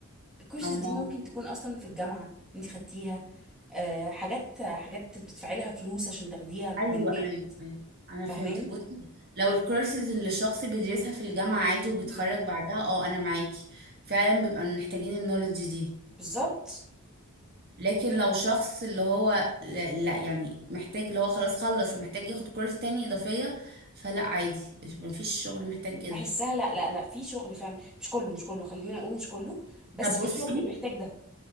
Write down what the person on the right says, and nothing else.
أما
ايوه
ايوه ايوه انا
فهمتك بصي لو الكورسز اللي الشخص بيدرسها في الجامعه عادي وبيتخرج
بعدها اه انا معاكي فعلا بيبقى محتاجين النولج دي
لكن لو شخص اللي هو لا لا يعني محتاج اللي هو خلاص خلص ومحتاج ياخد كورس تاني إضافية فلا عادي مفيش شغل محتاج
كده
طب بصي